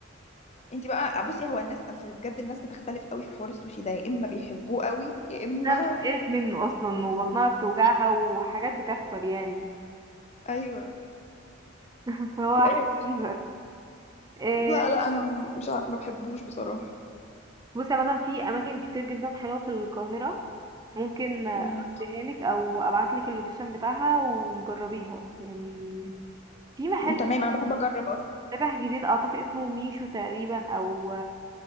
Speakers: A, on the left (about 35°); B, on the right (about 20°).
A: انت بقى آه، بصي هو الناس اصل بجد الناس بتختلف قوي في حوار السوشي ده يا اما بيحبوه قوي يا اما
B: الناس بتتقرف منه اصلا وبطنها بتوجعها وحاجات بتحصل يعني
A: ايوه
B: <laughs> فهو
A: ايوه
B: حاجة غريبة إيه
A: لا لا انا م- مش ع- ما بحبوش بصراحه
B: بصي مثلا في اماكن كتير جدا حلوة في القاهرة ممكن اديها
A: امم
B: لك او ابعت لك اللوكيشن بتاعها ونجربيها يعني في محل
A: تمام انا بحب اجرب اصلا
B: فتح جديد اعتقد اسمه ميشو تقريبا او